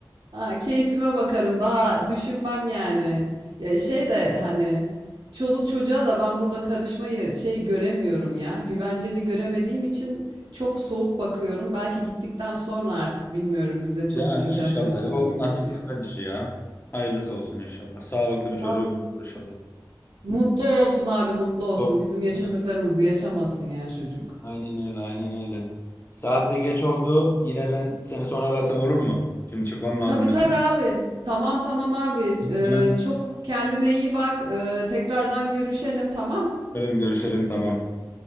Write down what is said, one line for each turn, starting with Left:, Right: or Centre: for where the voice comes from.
Right: Ha, keyfime bakarım daha düşünmem yani. Ya şey de hani çoluk çocuğa da ben burada karışmayı şey göremiyorum ya. Güvenceli göremediğim için çok soğuk bakıyorum. Belki gittikten sonra artık bilmiyorum biz de çoluk
Left: Yani
Right: çocuğa
Left: inşallah
Right: karışırız
Left: ya, o
Right: gibi
Left: nasip
Right: geliyor.
Left: kısmet işi ya. Hayırlısı olsun inşallah. Sağlıklı bir
Right: Vallahi
Left: çocuk olur inşallah.
Right: mutlu olsun abi mutlu olsun.
Left: Doğru.
Right: Bizim yaşadıklarımızı
Left: Evet.
Right: yaşamasın ya çocuk.
Left: Aynen öyle, aynen öyle. Saat de geç oldu. Yine ben seni sonra arasam olur mu? Şimdi çıkmam lazım
Right: Tabii
Left: benim.
Right: tabii abi. Tamam tamam abi. Ee,
Left: Yine
Right: çok kendine iyi bak. Ee, tekrardan görüşelim tamam.
Left: yine- görüşelim tamam.